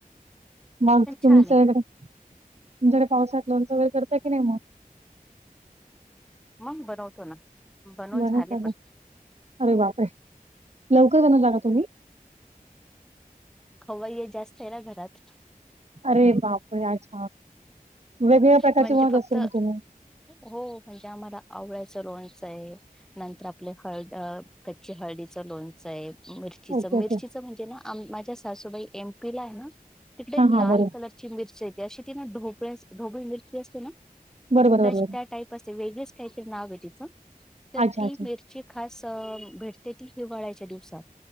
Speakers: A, on the right; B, in the centre.
A: मग
B: पण
A: तुमच्याडे
B: छान आहे
A: तुमच्याकडे पावसात लोनच वगैरे करताय की नाही मग?
B: मग बनवतो ना, बनवून
A: बरोबर
B: झाले पण
A: अरे बापरे लवकर जण जागा तुम्ही
B: खवय जास्त आहे. ना घरात,
A: अरे बापर अच्छा वेगवेगळ्या प्रकारचे
B: म्हणजे
A: महत
B: फक्त
A: असेल मी तुम्ही
B: हो म्हणजे आम्हाला आवडायचं लोनच आहे. नंतर आपले हळ कच्ची हळदीचं लोणचं आहे मिर
A: ओके
B: मिर्चीच
A: ओके
B: म्हणजे ना माझ्या सासूबाई एमपी ला आहे ना तिकडे
A: हा
B: लाल
A: हा बरोबर
B: कलर मिरेत अशी ती ोळ ढोबळी मिरची असते ना म्हणजे
A: बरोबर बरोबर
B: त्या टाईप असे वेगच काहीतरी नाव तिचं, तर
A: अच्छा,
B: ती
A: अच्छा.
B: मिर जी खास भेटते ती हिवाळ्याच्या दिवसात.